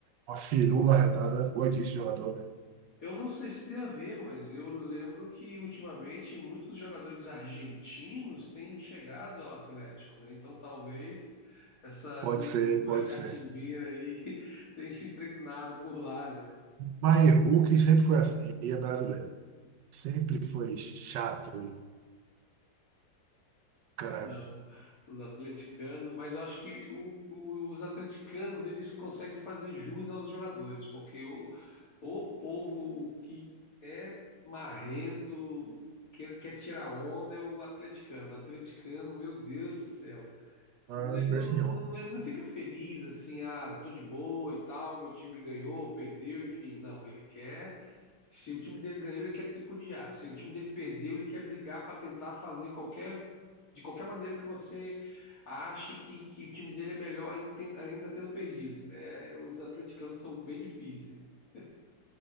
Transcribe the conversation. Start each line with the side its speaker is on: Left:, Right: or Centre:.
Right: uma firula arretada. Boa disso, jogador, velho.
Left: Eu não sei se tem a ver, mas eu lembro que ultimamente muitos jogadores argentinos têm chegado ao Atlético, né? Então talvez essa
Right: Pode
Left: cultura
Right: ser, pode
Left: catimbeira
Right: ser.
Left: aí <laughs> tenha se impregnado por lá, né?
Right: Mas Hulk sempre foi assim, e é brasileiro. Sempre foi chato, cara.
Left: Não, os atleticanos, mas eu acho que o- o- os atleticanos eles conseguem fazer jus aos jogadores, porque o, o povo que é marrento, que quer tirar onda, é o atleticano. O atleticano, meu Deus do céu,
Right: Ah,
Left: ele
Right: Eu não
Left: não,
Right: conheço
Left: não,
Right: nenhum.
Left: não, não não fica feliz assim, ah, tô de boa e tal, meu time ganhou, perdeu, enfim, não, ele quer. Se o time dele ganhou, ele quer tripudiar. Se o time dele perdeu, ele quer brigar para tentar fazer qualquer de qualquer maneira que você ache que, que o time dele é melhor ainda, ten- ainda tendo perdido. É, os atleticanos são bem difíceis. <laughs>